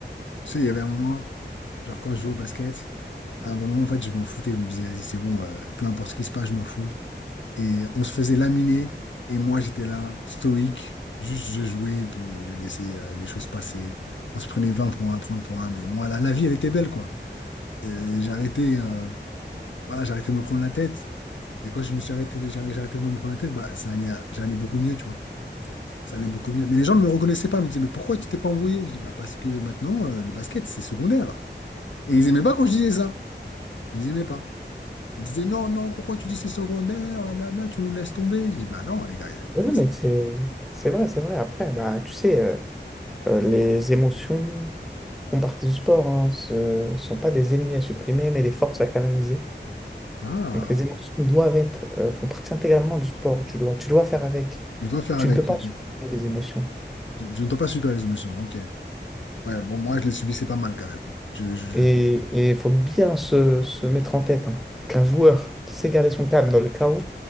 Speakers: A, on the left (about 85°); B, in the centre.
A: Tu sais, il y avait un moment, genre quand je jouais au basket, à un moment, en fait, je m'en foutais. Je me disais, vas-y, c'est bon, euh, peu importe ce qui se passe, je m'en fous. Et on se faisait laminer, et moi, j'étais là, stoïque, juste je jouais, et puis je laissais euh, les choses passer. On se prenait 20 points, 30 points, mais moi, la, la vie, elle était belle, quoi. Euh, J'arrêtais, euh, voilà, j'arrêtais de me prendre la tête. Et quand je me suis arrêté de, j'ai j'ai arrêté de me prendre la tête, bah, ça allait, j'allais beaucoup mieux, tu vois. Ça allait beaucoup mieux. Mais les gens ne me reconnaissaient pas. Ils me disaient, mais pourquoi tu t'es pas embrouillé? Je dis, bah, parce que maintenant, euh, le basket, c'est secondaire. Et ils aimaient pas quand je disais ça. Ils aimaient pas. Ils disaient, non, non, pourquoi tu dis c'est secondaire, blablabla, tu nous laisses tomber. Je dis, bah non, les gars. euh,
B: Oui, non,
A: ça-
B: mais c'est, c'est vrai, c'est vrai. Après, bah, tu sais, euh, euh, les émotions font partie du sport, hein. Ce ne sont pas des ennemis à supprimer, mais des forces à canaliser.
A: Ah,
B: Donc les émotions doivent être, euh, font partie intégralement du sport. Tu dois, tu dois faire avec.
A: je dois faire
B: Tu
A: avec.
B: ne peux pas
A: ok.
B: supprimer des émotions.
A: Je, je ne dois pas subir les émotions. Ok. Ouais, bon, moi, je les subissais pas mal quand même. Je, je- je-
B: Et il faut bien se, se mettre en tête hein, qu'un joueur qui sait garder son calme dans le chaos,